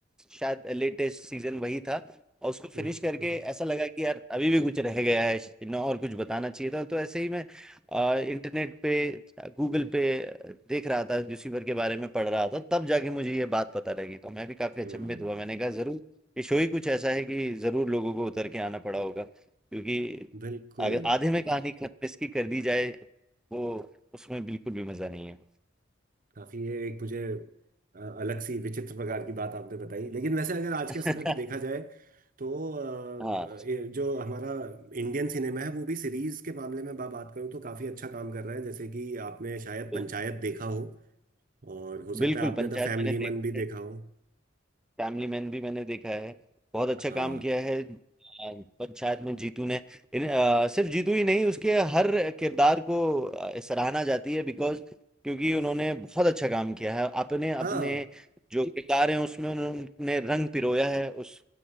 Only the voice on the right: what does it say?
हम्म
हम्म
हम्म,
बिल्कुल
काफी ये एक मुझे अ, अलग सी विचित्र प्रकार की बात आपने बताई लेकिन वैसे अगर आज
के समय पे देखा जाए तो अ,
ये जो हमारा इंडियन सिनेमा है वो भी सीरीज के मामले में मैं बात करूँ तो काफी अच्छा काम कर रहा है जैसे कि आपने शायद
पंचायत देखा हो और हो सकता
है आपने
द फैमिली
मन भी
देखा हो
हाँ
हाँ